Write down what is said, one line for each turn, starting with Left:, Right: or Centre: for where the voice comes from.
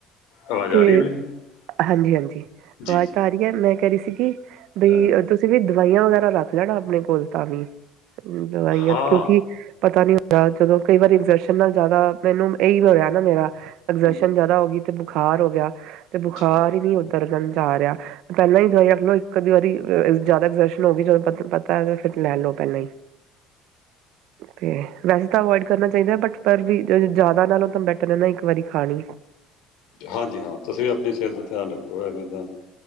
Left: ਆਵਾਜ਼
Right: ਤੇ
Left: ਆ ਰਹੀ ਹੈ ਮੇਰੀ ਹਾਂ,
Right: ਹਾਂਜੀ-ਹਾਂਜੀ
Left: ਜੀ
Right: ਆਵਾਜ਼
Left: ਜੀ
Right: ਤਾਂ ਦੀਗੇ, ਮੈ ਕੇਹ ਰਹੀ ਸੀਗੀ ਬਈ
Left: ਹਾਂ
Right: ਅ ਤੁਸੀ ਵੀ ਦਵਾਈਆਂ ਵਗੈਰਾ ਰੱਖ ਲੈਣਾ ਆਪਣੇ ਕੋਲ ਤਾਂ ਵੀ। ਦਵਾਈਆਂ
Left: ਹਾਂ
Right: ਤੇ ਕਿਉਂਕਿ ਪਤਾ ਨੀ ਹੁੰਦਾ, ਜਦੋ ਕਈ ਵਾਰੀ ਐਗਜਰਸ਼ਨ ਨਾਲ ਜਾਦਾ ਆਪਣੇ ਨੂੰ ਏਹੀ ਹੋਇਆ ਨਾ ਮੇਰਾ, ਐਗਜਰਸ਼ਨ
Left: ਹਮ,
Right: ਜਾਅਦਾ ਹੋ ਗਈ। ਤੇ ਬੁਖਾਰ ਹੋ ਗਿਆ ਤੇ ਬੁਖਾਰ
Left: ਅੱਛਾ
Right: ਹੀ ਨਹੀ ਉਤਰਣ ਜਾ ਰੇਆ। ਪਤਾ ਨਹੀਂ ਦਵਾਈ ਰੱਖ ਲਓ ਇਕ ਅੱਧ ਵਾਰੀ ਅ ਜਾਅਦਾ ਐਗਜਰਸ਼ਨ ਹੋ ਗਈ ਜਦੋ ਤ ਪਤਾ ਏ ਤੇ ਫੇਰ ਲੈ ਲਓ ਪੇਹਲੇ ਹੀ, ਤੇ ਵੈਸੇ ਤਾਂ ਅਵੋਇਡ ਕਰਨਾ ਚਾਹੀਦਾ, ਬਟ ਪਰ ਵੀ ਜ ਜਾਅਦਾ ਨਾਲੋ ਤਾਂ ਬੈਟਰ ਹੈ ਨਾ ਇਕ ਵਾਰੀ ਖਾਣੀ।
Left: ਹਾਂਜੀ ਹਾਂ ਤੁਸੀ ਵੀ ਅਪਣੀ ਸੇਹਤ ਦਾ ਧਿਆਨ ਰੱਖੋ ਐਵੇ ਦਾਂ